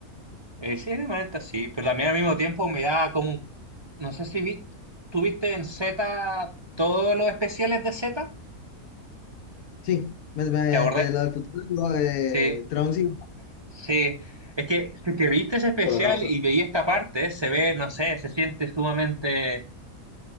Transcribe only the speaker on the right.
eh, sí, de manera sí, pero también al mismo tiempo me da como, un- no sé si vi, tú viste en Z todos los especiales de Z,
¿te acordás?
Sí,
sí, es que si te viste ese especial
y veí esta parte, se ve, no sé, se siente sumamente